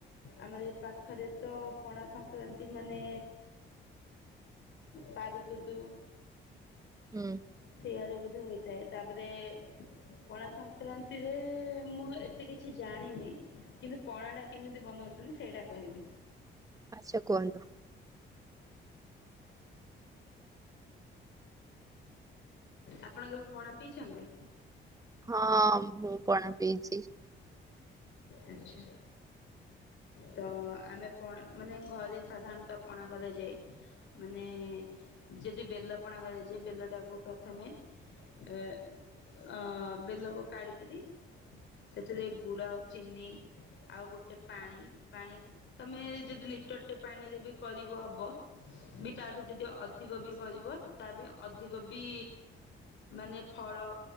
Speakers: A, on the left; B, on the right.
A: ଆମର ଏଇ ପାଖରେ ତ ପଣା ସଂକ୍ରକ୍ରାନ୍ତି ମାନେ ପାରୁଗୋଦୁ
B: ହୁଁ
A: ସେଆଡେ ବୋଧେ ହୋଇଥାଏ। ତାପରେ ପଣସ ସଂକ୍ରାନ୍ତିରେ ମୁଁ ଏତେ କିଛି ଜାଣିନି କିନ୍ତୁ ପଣାଟା କେମିତି ବନାଉଛନ୍ତି ସେଇଟା କହିବି।
B: ଆଚ୍ଛା କୁହନ୍ତୁ।
A: ଆପଣ କେବେ ପଣା ପିଇଛନ୍ତି?
B: ହଁ ମୁଁ ପଣା ପିଛି।
A: ଆଚ୍ଛା ତ ଆମେ ପଣା ମାନେ ଘରେ ସାଧାରଣତଃ ପଣା କରାଯାଏ ମାନେ ଯଦି ବେଲ ପଣା କରାଯାଏ ବେଲଟାକୁ ପ୍ରଥମେ ଅଁ--ଅଁ ବେଲକୁ କାଢ଼ିକରି ସେଥିରେ ଗୁଡ଼ ଚିନି ଆଉ ଗୋଟେ ପାଣି ପାଣି ତମେ ଯଦି ଲିଟରଟେ ପାଣିରେ ବି କରିବ ହବ ବି ତାଠୁ ଯଦି ଅଧିକ ବି କରିବ ତା ପାଇଁ ଅଧିକ ବି ମାନେ ଫଳ